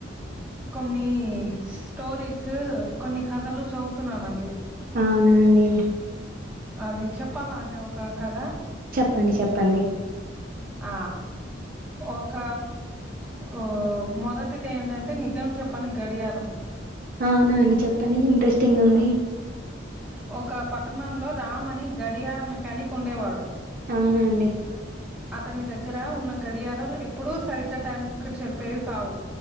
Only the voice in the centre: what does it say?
కొన్ని స్టోరీస్ కొన్ని కథలు చదువుతున్నానండి
అది చెప్పలాం డి ఒక కద
ఆ ఒక ఓ మొదటిది ఏంటంటే నిజం చెప్పని గడియారం
ఆ ఒక పట్టణంలో రామ్ అని గడియార మెకానీక్ కొండేవాడు
అతని దగ్గర ఉన్న గడియారాలు ఎప్పుడూ సరిగ్గా టైం క చెప్పేవి కావు